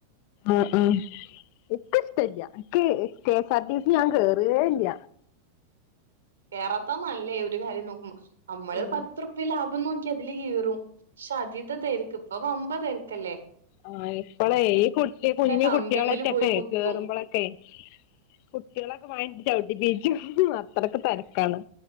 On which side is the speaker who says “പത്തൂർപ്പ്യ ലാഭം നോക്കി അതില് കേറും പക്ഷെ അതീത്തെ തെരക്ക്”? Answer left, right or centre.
Right